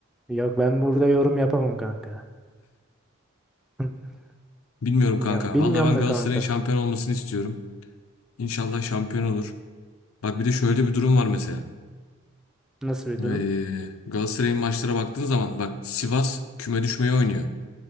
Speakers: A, in the centre; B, on the left (about 80°).
A: Yok ben burada yorum yapamam kanka. <laughs>
B: Bilmiyorum
A: Ya
B: kanka.
A: bilmiyorum
B: Vallahi ben
A: da
B: Galatasaray'ın
A: kanka.
B: şampiyon olmasını istiyorum. İnşallah şampiyon olur. Bak bir de şöyle bir durum var mesela.
A: Nasıl bir
B: Ee,
A: durum?
B: Galatasaray'ın maçlara baktığın zaman bak Sivas küme düşmeye oynuyor.